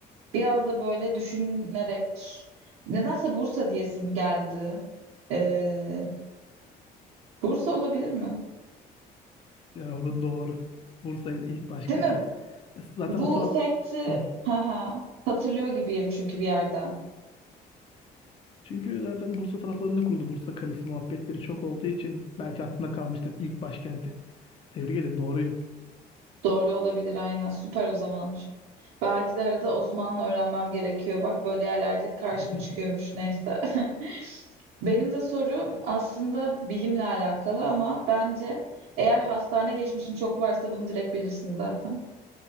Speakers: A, on the right; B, on the left.
A: biraz da böyle düşünerek. Nedense Bursa diyesim geldi. Ee, Bursa olabilir mi?
B: Cevabın doğru. Bursa'ydı ilk başkenti.
A: Değil mi?
B: E, Zaten
A: Bu
B: o taraf...
A: sekti
B: Hı.
A: <laughs> haha, hatırlıyor gibiyim çünkü bir yerden.
B: Çünkü zaten Bursa taraflarında kuruldu. Bursa Kalesi muhabbetleri çok olduğu için belki aklına kalmıştır ilk başkenti. Tebrik ederim doğruydu.
A: Doğru olabilir aynen. Süper o zaman. Belki de arada Osmanlı öğrenmem gerekiyor. Bak böyle yerlerde karşıma
B: <laughs>
A: çıkıyormuş. Neyse. <laughs> Benim de sorum aslında bilimle alakalı ama bence eğer hastane geçmişin çok varsa bunu direkt bilirsin zaten.